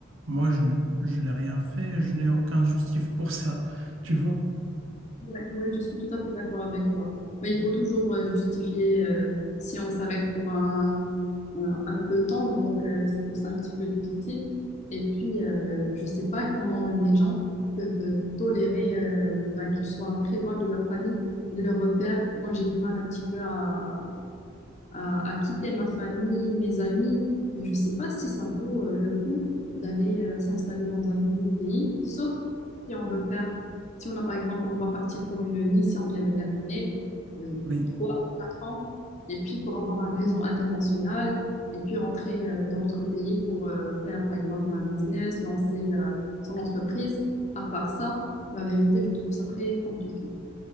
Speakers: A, on the right; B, on the left.
A: moi, je, n- je n'ai rien fait, je n'ai aucun <laughs> justif pour ça. Tu vois?
B: Ouais, ouais, je suis tout à fait d'accord avec toi. Mais il faut toujours euh, justifier euh, si on s'arrête pour un, un un peu de temps, donc euh, je trouve ça un petit peu difficile. Et puis, euh, je sais pas comment les gens peuvent tolérer euh, ben, qu'ils soient très loin de leur famille, de leurs repères. Moi, j'ai du mal un petit peu à, à, à quitter ma famille, mes amis. Et je ne sais pas si ça vaut euh, le coup d'aller euh, s'installer dans un nouveau pays, sauf si on veut faire, si on a par exemple, on va partir pour une mission bien déterminée, euh,
A: Oui.
B: trois, quatre ans, et puis pour avoir un réseau international, et puis rentrer euh, dans notre pays pour euh, faire par exemple un business, lancer euh, son entreprise. À part ça, la vérité, je trouve ça très compliqué.